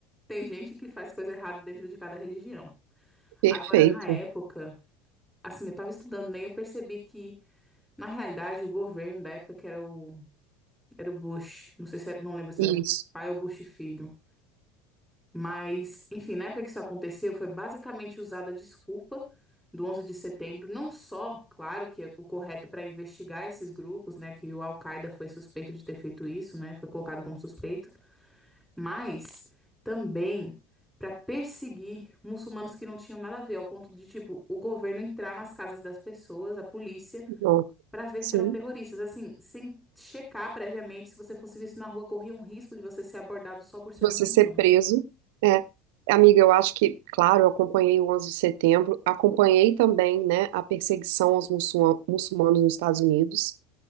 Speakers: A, in the centre; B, on the right.
A: Tem gente que faz coisa errada dentro de cada religião.
B: Perfeito.
A: Agora, na época, assim, eu tava estudando, né? E eu percebi que, na realidade, o governo da época que era o, era o Bush, não sei se era, não lembro se
B: Isso.
A: era o pai ou Bush filho. Mas, enfim, na época que isso aconteceu, foi basicamente usada a desculpa do 11 de setembro, não só, claro, que é o correto para investigar esses grupos, né, que o Al-Qaeda foi suspeito de ter feito isso, né, foi colocado como suspeito, mas também para perseguir muçulmanos que não tinham nada a ver, ao ponto de, tipo, o governo entrar nas casas das pessoas, a polícia,
B: Não,
A: para ver
B: sim.
A: se eram terroristas, assim, sem checar previamente, se você fosse visto na rua, corria um risco de você ser abordado só por ser
B: Você
A: muçulmano.
B: ser preso. É. Amiga, eu acho que, claro, eu acompanhei o 11 de setembro, acompanhei também, né, a perseguição aos muçulma- muçulmanos nos Estados Unidos.